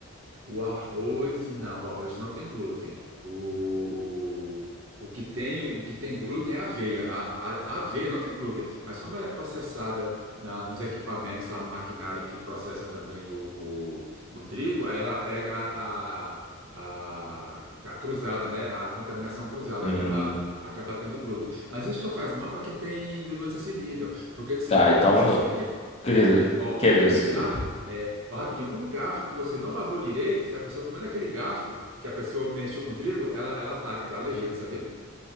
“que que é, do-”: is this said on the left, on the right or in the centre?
Left